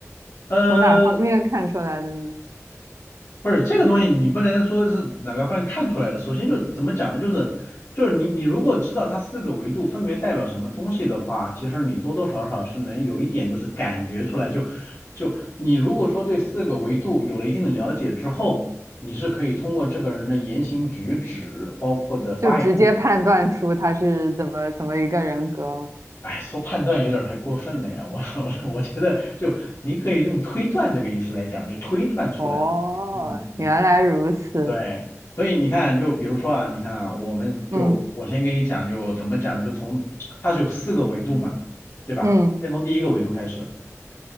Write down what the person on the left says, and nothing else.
呃，
不是这个东西，你不能说是哪个方面看出来的。首先就是怎么讲呢？就是就是你你如果知道它四个维度分别代表什么东西的话，其实你多多少少是能有一点就是感觉出来就。就你如果说对四个维度有了一定的了解之后，你是可以通过这个人的言行举止，包括的发言。
哎，说判断有点儿太过分了呀，我 <laughs> 我我觉得就你可以用推断这个意思来讲，就推断出来。
嗯嗯，
对，所以你看，就比如说啊，你看啊，我们就我先给你讲，
就怎么讲呢？就从它是有四个维度嘛，对吧？
先从第一个维度开始，